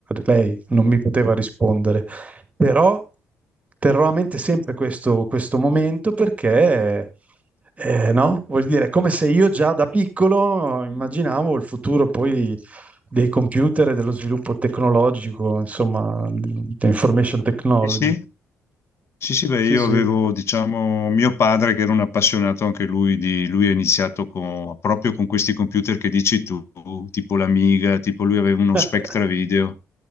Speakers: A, on the right; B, on the left.
A: lei non mi poteva rispondere, però terrò a mente sempre questo, questo momento perché, eh, no? Vuol dire, è come se io già da piccolo immaginavo il futuro poi dei computer e dello sviluppo tecnologico, insomma, di di information technology.
B: Sì, sì, Sì, sì, beh,
A: Sì,
B: io
A: sì.
B: avevo, diciamo, mio padre che era un appassionato anche lui di, lui ha iniziato con- proprio con questi computer che dici tu, tipo l'Amiga, tipo lui aveva uno
A: <laughs>
B: Spectra Video.